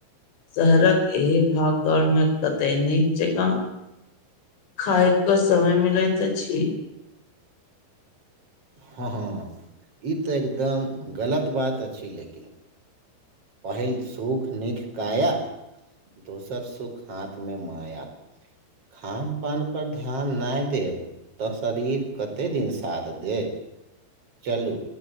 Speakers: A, on the left; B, on the right.
A: शहरक एहि भागदौड़मे कते नीक जकाँ खायके समय मिलैत अछी।
B: हँ, हँ, ई तऽ एकदम गलत बात अछि, लेकिन। पहिल सुख नीख काया, दोसर सुख हाथ में माया। खान -पान पर ध्यान नैह देब। तऽ शरीर कते दिन साथ देत। चलु